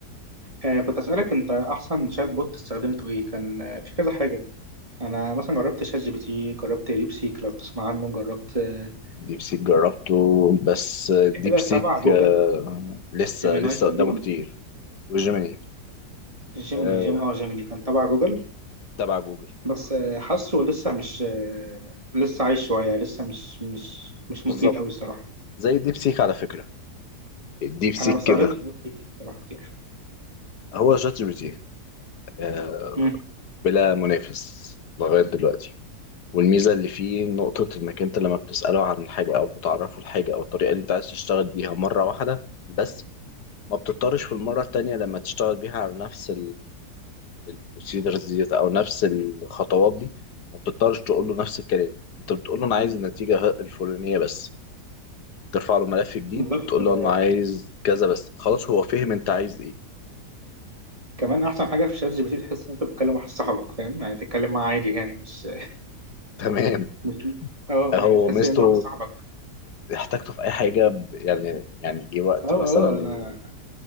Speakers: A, on the right (about 20°); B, on the left (about 75°).
A: آه كنت اسالك انت احسن شات بوت استخدمته ايه كان آه، في كذا حاجه انا مثلا جربت شات جي بي تي جربت ديب سيك لو تسمع عنه جربت آه،
B: ديب سيك جربته بس
A: في
B: ديب
A: حاجه
B: سيك
A: تبع جوجل
B: آه، لسه
A: جيميناي
B: لسه
A: تقريبا
B: قدامه كتير وجيميني
A: جيميني
B: آه،
A: جيم اه جيميني كان تبع جوجل
B: تبع جوجل
A: بس آه، حاسه لسه مش آه، لسه عايش شويه لسه مش مش مش
B: بالظبط
A: مفيد قوي الصراحه
B: زي ديب سيك على فكرة الديب سيك
A: انا ما استخدمتش
B: كده
A: ديب سيك الصراحه كتير
B: هو شات جي بي تي آه،
A: مم.
B: بلا منافس لغاية دلوقتي والميزة اللي فيه نقطة إنك أنت لما بتسأله عن حاجة أو بتعرفه الحاجة أو الطريقة اللي أنت عايز تشتغل بيها مرة واحدة بس ما بتضطرش في المرة التانية لما تشتغل بيها على نفس البروسيدرز ديت او نفس الخطوات دي ما بتضطرش تقول له نفس الكلام انت بتقول له انا عايز النتيجه ه- الفلانيه بس ترفع له ملف جديد
A: بالظبط
B: وتقول
A: آه،
B: له انا عايز كذا بس خلاص هو فهم انت عايز ايه
A: كمان احسن حاجه في شات جي بي تي تحس ان انت بتتكلم مع واحد صاحبك فاهم يعني تتكلم معاه عادي يعني مش
B: تمام
A: مش اه
B: هو
A: يعني تحس
B: ميزته
A: ان انت واحد صاحبك
B: احتاجته في اي حاجه ب- يعني يعني جه وقت
A: اه
B: مثلا
A: اه انا